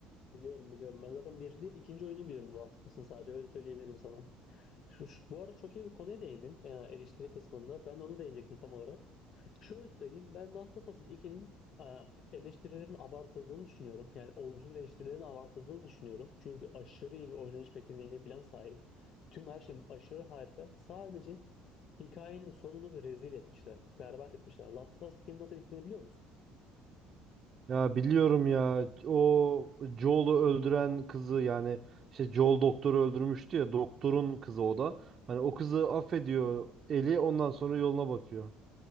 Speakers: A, on the left (about 55°); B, on the right (about 45°).
A: Biliyorum biliyorum. Ben zaten bir değil ikinci oyunu biliyorum The Last of Us'ın sadece öyle söyleyebilirim sana. Şu, şu- bu arada çok iyi bir konuya değindin e, eleştiri kısmında. Ben de onu değinecektim tam olarak. Şöyle söyleyeyim ben Last of Us 2'nin e, eleştirilerin abartıldığını düşünüyorum. Yani olumsuz eleştirilerin abartıldığını düşünüyorum. Çünkü aşırı iyi bir oynanış mekaniğine falan sahip. Tüm her şey aşırı harika. Sadece hikayenin sonunu bir rezil etmişler. Berbat etmişler. Last of Us 2'nin nasıl bittiğini biliyor musun?
B: Ya biliyorum ya o Joel'u öldüren kızı yani işte Joel doktoru öldürmüştü ya doktorun kızı o da. Hani o kızı affediyor Ellie ondan sonra yoluna bakıyor.